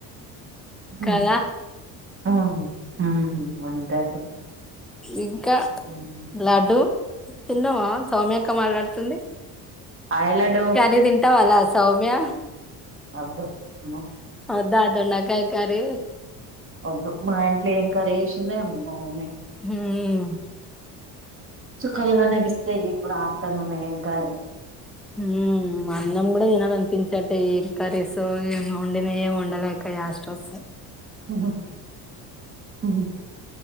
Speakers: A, on the right (about 30°); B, in the centre.
A: హుమ్
B: కదా
A: హా హా అంతే
B: ఇన్ కా
A: ఉమ్.
B: లడ్డూ తిన్నావా? సౌమ్యక్క మాట్లాడుతుంది.
A: హాయ్ లడ్డు.
B: ఇవి తింటవార సౌమ్య?
A: అద్దు అమ్మో
B: ఒద్దా దొండకాయ కర్రి?
A: ఒద్దు మా ఇంట్ల ఏం కరీ చేేసిందేమొ మా మమ్మీ.
B: హుమ్
A: చుక్కలు కనిపిస్తయ్, ఇప్పుడు ఆఫ్టర్నూన్ నే కాడిది
B: ఉమ్ అన్నం కూడ తినాలనిపించట్లే ఎద్ కర్రీసు ఏం వండినయే వండలేక యాస్టోస్తుంది.
A: ఉమ్ ఉమ్